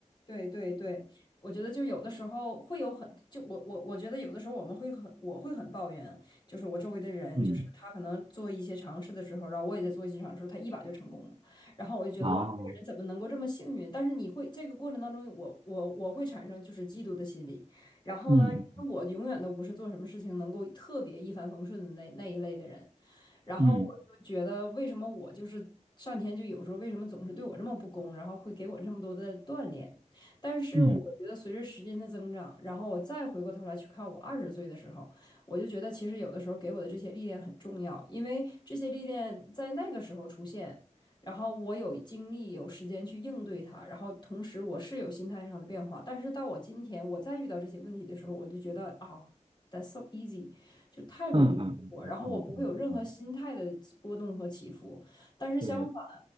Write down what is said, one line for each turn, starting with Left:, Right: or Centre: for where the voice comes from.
Left: 对对对，我觉得就有的时候会有很，就我我我觉得有的时候我们会很，我会很抱怨，就是我周围的人，
Right: 嗯，
Left: 就是他可能做一些尝试的时候，然后我也在做一些尝试，他一把就成功了，然后我就觉得哇，
Right: 哦，
Left: 这个人怎么能够这么幸运？但是你会这个过程当中，我我我会产生就是嫉妒的心理，然后呢，
Right: 嗯
Left: 因为我永远都不是做什么事情能够特别一帆风顺的那那一类的人，然后我就觉得，
Right: 嗯
Left: 为什么我就是上天就有时候为什么总是对我这么不公，然后会给我这么多的锻炼？但是我觉得随着时间的增长，
Right: 嗯
Left: 然后我再回过头来去看我二十岁的时候，我就觉得其实有的时候给我的这些历练很重要，因为这些历练在那个时候出现。然后我有精力、有时间去应对它，然后同时我是有心态上的变化。但是到我今天，我再遇到这些问题的时候，我就觉得啊、t h a t s so easy，就太容易我，
Right: 嗯嗯嗯嗯嗯嗯，
Left: 然后我不会有任何心态的波动和起伏。
Right: 嗯
Left: 但是相反，
Right: 对对，